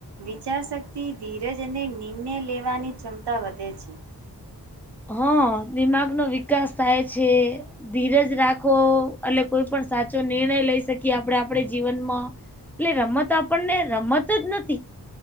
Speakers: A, on the right; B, in the centre.
A: વિચારશક્તિ ધીરજ અને નિર્ણય લેવાની ક્ષમતા વધે છે.
B: હા દિમાગનોો વિકાસ થાય છે. ધીરજ રાખો એટ કોઈ પણ સાચો નિર્ણય લઈ શકીએ આપણે આપડ જીવનમાં એટલે રમત આપણને રમત જ નથી.